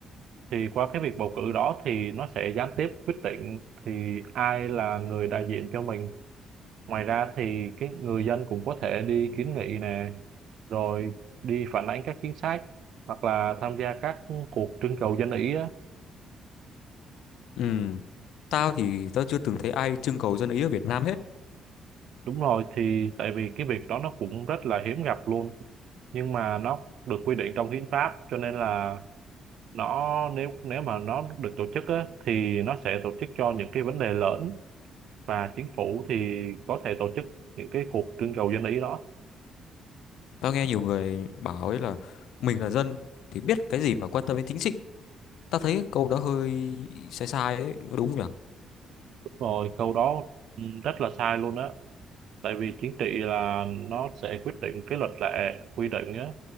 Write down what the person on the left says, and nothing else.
Ừ, tao thì tao chưa từng thấy ai trưng cầu dân ý ở Việt Nam hết.
Tao nghe nhiều người bảo ấy là mình là dân thì biết cái gì mà quan tâm đến chính trị. Tao thấy câu đó hơi sai sai ấy, có đúng không nhỉ?